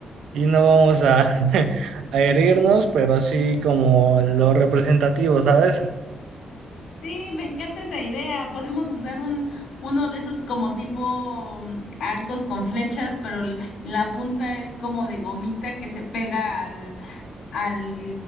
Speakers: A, on the right; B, on the left.
A: y no vamos a, <laughs> a herirnos, pero sí como lo representativo, ¿sabes?
B: Sí, me encanta esa idea. Podemos usar un, uno de esos como tipo mm, arcos con flechas, pero l- la punta es como de gomita que se pega al, al,